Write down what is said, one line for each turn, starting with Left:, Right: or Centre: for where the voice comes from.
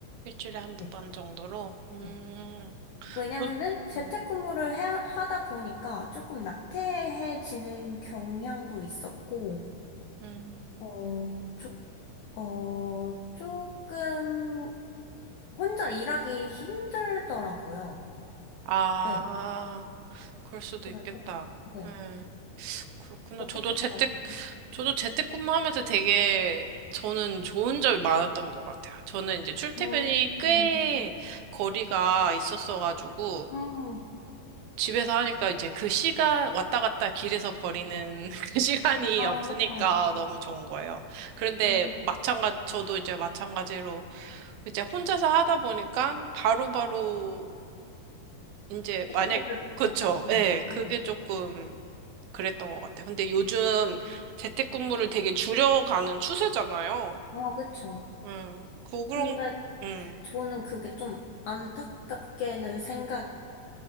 Right: 일주일에 한두
Left: 네.
Right: 번 정도로. 음.
Left: 네. 왜냐면은
Right: 저-
Left: 재택근무를
Right: 음.
Left: 해, 하다 보니까 조금 나태해지는 경향도 있었고,
Right: 음.
Left: 어, 조, 어, 조금 혼자 일하기 힘들더라고요.
Right: 아.
Left: 네.
Right: 그럴 수도
Left: 그래서,
Right: 있겠다.
Left: 네.
Right: 예, 그렇구나.
Left: 어떻게
Right: 저도 재택,
Left: 생각하세요?
Right: 저도 재택근무하면서 되게 저는 좋은 점이 많았던 것 같아요. 저는 이제 출퇴근이
Left: 어,
Right: 꽤 거리가 있었어가지고
Left: 음,
Right: 집에서 하니까 이제 그 시간 왔다 갔다 길에서 버리는 <laughs> 그 시간이
Left: 아,
Right: 없으니까
Left: 그쵸.
Right: 너무 좋은 거예요. 그런데
Left: 음,
Right: 마찬가지, 저도 이제 마찬가지로 이제 혼자서 하다 보니까 바로바로 이제
Left: 피드백을
Right: 만약 그쵸.
Left: 못 받고.
Right: 예, 그게
Left: 네.
Right: 조금 그랬던 것 같아. 근데 요즘 재택근무를 되게 줄여가는 추세잖아요.
Left: 어, 그쵸.
Right: 음, 그, 그런,
Left: 근데
Right: 음,
Left: 저는 그게 좀 안타깝게는 생각,